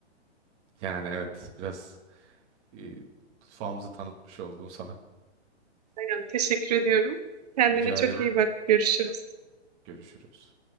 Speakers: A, on the right (about 15°); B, on the right (about 35°).
A: Yani evet, biraz e, mutfağımızı tanıtmış oldum sana.
B: Yani teşekkür ediyorum. Kendine
A: Rica
B: çok
A: ederim.
B: iyi bak. Görüşürüz.
A: Görüşürüz.